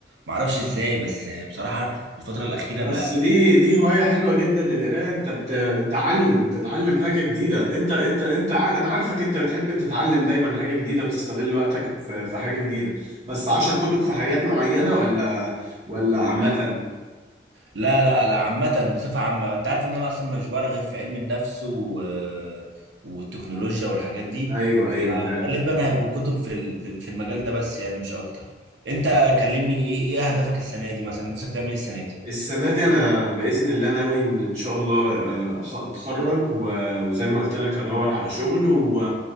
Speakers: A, on the right (about 80°); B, on the right (about 40°).
A: ما اعرفش ازاي بس آه، بصراحه الفتره الاخيره
B: بس
A: بقى
B: دي
A: يعني،
B: دي هواية حلوة جدا القراية انت بت- بتتعلم تتعلم حاجة جديدة انت انت انت ع... انا عارفك انت بتحب تتعلم دايما حاجة جديدة وتستغل وقتك في, في حاجة جديدة بس عشر كتب في حاجات معينة ولا ولا عامة
A: لا لا لا عامه بصفه عامه انت عارف ان انا اصلا مش بقرا غير في علم النفس و... والتكنولوجيا والحاجات دي
B: ايوه ايوه عارف
A: فغالبا هيبقوا كتب في ال- في ال- في المجال ده بس يعني مش اكتر انت كلمني ايه ايه اهدافك السنه دي مثلا نفسك تعمل إيه السنه دي
B: السنة دي أنا بإذن الله ناوي إن إن شاء الله آه، أخ- أتخرج و- وزي ما قلت لك أدور على شغل و...